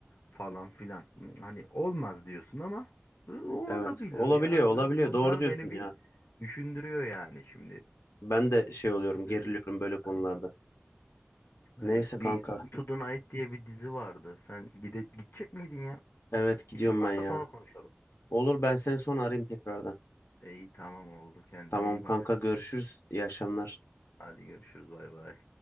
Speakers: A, on the left (about 65°); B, on the left (about 80°).
A: falan filan. Hani olmaz diyorsun ama "Hı, olabilir
B: Evet. Olabiliyor,
A: ya filan.
B: olabiliyor.
A: Bunlar
B: Doğru diyorsun
A: beni bir
B: ya.
A: düşündürüyor yani şimdi.
B: Ben de şey oluyorum,
A: Öyle
B: geriliyorum
A: bir
B: böyle konularda.
A: hani
B: Neyse
A: evet bir
B: kanka.
A: Into the Night diye bir dizi vardı. Sen gide gidecek miydin ya?
B: Evet, gidiyorum
A: İşin varsa
B: ben ya.
A: sonra konuşalım.
B: Olur ben seni sonra arayayım tekrardan.
A: İyi tamam oldu. Kendine
B: Tamam
A: iyi
B: kanka
A: bak.
B: görüşürüz. İyi akşamlar.
A: Hadi görüşürüz. Bay bay.